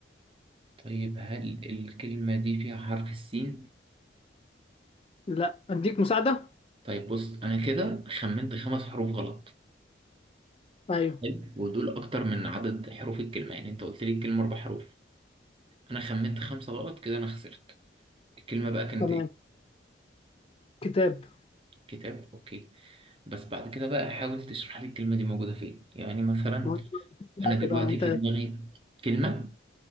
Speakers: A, on the right (about 30°); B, on the left (about 30°).
A: طيب هل الكلمة دي فيها حرف السين
B: لا اديك مساعده
A: طيب بص أنا كده خمنت خمس حروف غلط
B: ايوه
A: حلو ودول أكتر من عدد حروف الكلمة يعني أنت قلت لي الكلمة أربع حروف أنا خمنت خمسة غلط كده أنا خسرت الكلمة بقى كانت
B: تمام
A: إيه؟
B: كتاب
A: كتاب أوكي بس بعد كده بقى حاول تشرح لي الكلمة دي موجودة فين يعني مثلا
B: ما هو انت
A: أنا دلوقتي
B: بقى انت
A: في دماغي كلمة